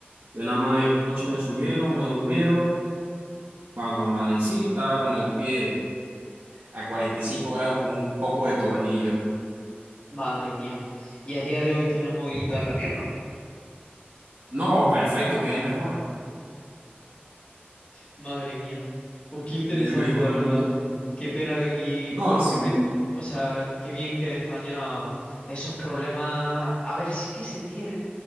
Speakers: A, on the right (about 60°); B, on the left (about 35°).
A: de una más noche me subieron, me durmieron. Cuando amanecí, estaba con el pie. a 45 grados con un poco de tornillo.
B: Madre mía. ¿Y a día de hoy tienes movilidad en la pierna?
A: No, perfecto, quedé mejor.
B: Madre mía. Pues qué interesante,
A: Quedé mejor,
B: la verdad.
A: mucho mejor.
B: Qué pena que aquí, bueno,
A: No,
B: qué
A: sí.
B: pe- o sea, qué bien que en España esos problemas, a ver, sí que se tienen,